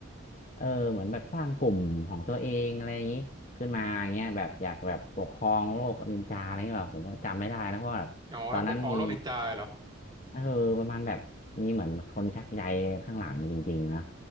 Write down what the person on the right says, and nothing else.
อ๋อถ้าปกครองโลกนินจาเหรอ